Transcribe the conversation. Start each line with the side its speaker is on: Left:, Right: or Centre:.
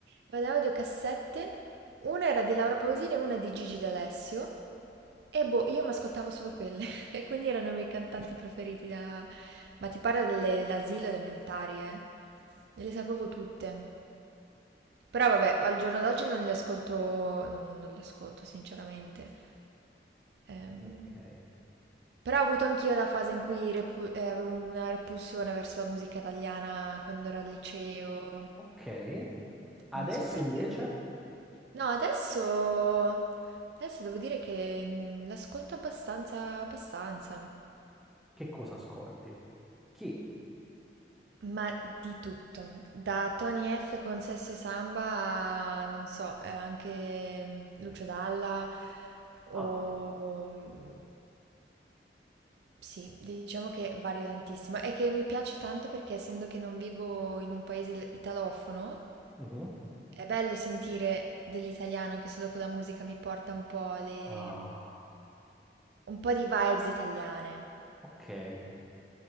Right: Guardavo due cassette, una era di Laura Pausini e una di Gigi D'Alessio. E boh, io mi ascoltavo solo quelle, <laughs> e quindi erano i miei cantanti preferiti da... Ma ti parlo delle- dell'asilo elementari, eh? E le sapevo tutte. Però vabbè, al giorno d'oggi non li ascolto, non, non li ascolto sinceramente. Ehm,
Centre: Ok.
Right: però ho avuto anch'io la fase in cui repu- eh, avevo una repulsione verso la musica italiana quando ero al liceo,
Centre: Ok, adesso
Right: non so perché.
Centre: invece
Right: No, adesso, adesso devo dire che mm, l'ascolto abbastanza, abbastanza.
Centre: che cosa ascolti? Chi?
Right: Ma di tutto, da Tony F con Sesso e Samba a, non so, eh, anche mm, Lucio Dalla o...
Centre: Ah,
Right: mm, Sì, diciamo che vario tantissimo e che mi piace tanto perché essendo che non vivo in un paese il- italofono,
Centre: mhm.
Right: è bello sentire dell'italiano anche solo con la musica, mi porta un po' le...
Centre: Ah,
Right: mm, un po' di vibes italiane.
Centre: ok.